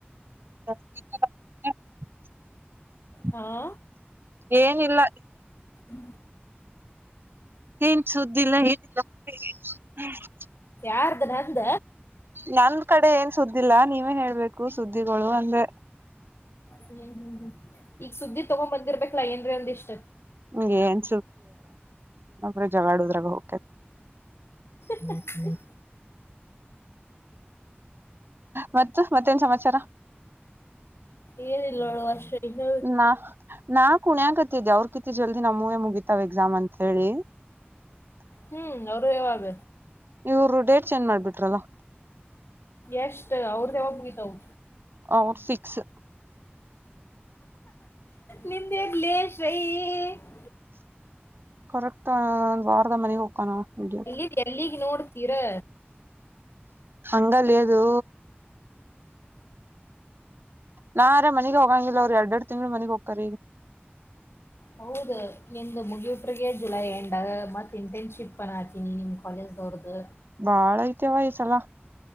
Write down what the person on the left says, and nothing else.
ಹಾ
ಹ್ಮ
ಯಾರ್ದ ನಂದ.
ಹ್ಮ್ ಹ್ಮ್ ಹ್ಮ್ ಈಗ ಸುದ್ದಿ ತಗೊಂಡ್ ಬಂದಿರ್ಬೇಕಲಾ ಏನ್ರ ಅಂದ್ ಇಷ್ಟ.
ಹ್ಮ
ಏನಿಲ್ಲಳು ಅಷ್ಟ ಇನ್ನೊ
ಹ್ಮ್ ಅವರು ಯಾವಾಗ
ಎಷ್ಟ ಅವ್ರ್ದ ಯಾವ ಮುಗತವು
ನಿಂದೆಲೇಶ್ ರಯ <inaudible>
ಎಲ್ಲಿ ಎಲ್ಲಿಗ್ ನೋಡ್ತೀರಾ
ಹೌದು ನಿಂದು ಮುಗಿಯಟಗ ಜುಲೈ ಎಂಡಾಗ ಮತ್ತು ಇಂಟರ್ನ್ಶಿಪ್ನ್ನು ಹಾತೀನಿ ನಿಮ್ಮ ಕಾಲೇಜ್ದವ್ರ್ದು